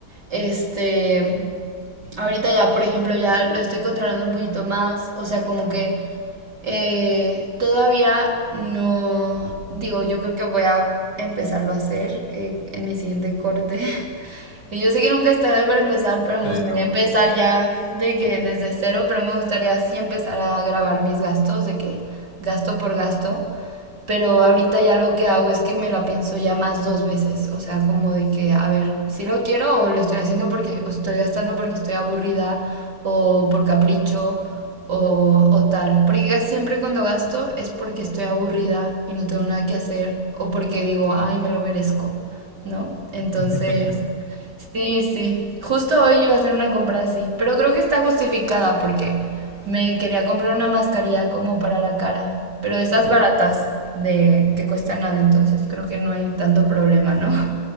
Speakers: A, on the right; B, on the left.
A: Este, ahorita ya, por ejemplo, ya lo estoy controlando un poquito más. O sea, como que eh, todavía no, digo, yo creo que voy a empezarlo a hacer eh, en mi siguiente corte. <laughs> Y yo sé que nunca es tarde para empezar, pero me
B: Sí,
A: gustaría
B: no,
A: empezar
B: nunca.
A: ya de que desde cero, pero me gustaría sí empezar a grabar mis gastos, de que gasto por gasto pero ahorita ya lo que hago es que me la pienso ya más dos veces, o sea, como de que, a ver, si lo quiero o lo estoy haciendo porque o estoy gastando porque estoy aburrida o por capricho o, o tal, porque casi siempre cuando gasto es porque estoy aburrida y no tengo nada que hacer o porque digo, ay, me lo merezco, ¿no? Entonces...
B: <laughs>
A: Sí, sí. Justo hoy iba a hacer una compra así, pero creo que está justificada porque me quería comprar una mascarilla como para la cara, pero esas
B: Sí,
A: baratas de que cuestan nada, entonces creo que no hay tanto problema, ¿no?